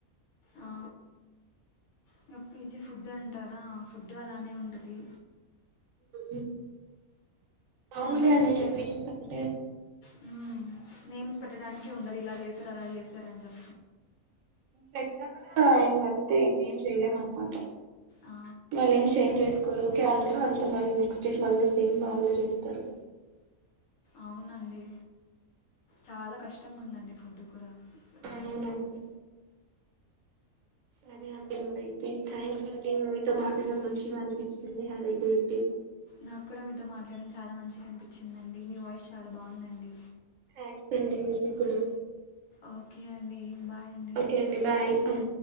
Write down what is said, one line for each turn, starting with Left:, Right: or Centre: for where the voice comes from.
Left: ఆ! ఇంక పిజీ ఫుడ్ అంటారా ఫుడ్డు అలానే ఉంటది.
Right: మ్ మామూలే
Left: మనం
Right: అండి ఇంకా
Left: పే
Right: పిజీస్ అంటే
Left: హ్మ్. నేమ్స్ పెట్టడానికి ఉండది ఇలా చేశార్ అలా చేశార్ అన్ చె
Right: పెట్టినప్పుడు అయిందంతే ఇంగ ఏం చెయలేం అన్నమాట.
Left: ఆ!
Right: వాళ్లేం చేంజ్ చేస్కోరు ఒకే అంటరు అంతా మళ్ళీ నెక్స్ట్ డేకి మళ్ళీ సేమ్ మ్మామూలే చేస్తరు.
Left: అవునండి చాలా కష్టంగుందండి ఫుడ్ కూడా ఆ!
Right: అవునండి. సరే అండి మరైతే థ్యాంక్స్ అండి మీతో మాట్లాడడం మం మంచిగా అన్పిచ్చింది హరి డేటివ్
Left: నాక్ కూడా మీతో మాట్లాడం చాలా మంచిగా అన్పిచ్చిందండి మీ వాయిస్ చాలా బాగుందండి.
Right: థ్యాంక్స్ అండి మీది కూడా
Left: ఓకే అండి బాయ్ అండి.
Right: Okay bye